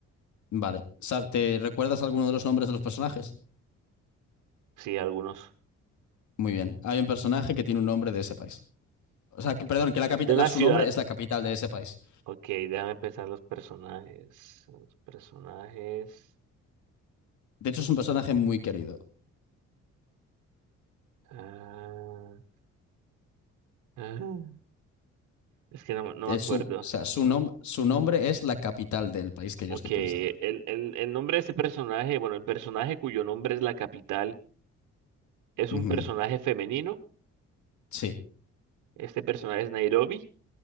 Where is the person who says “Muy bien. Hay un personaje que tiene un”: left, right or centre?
Left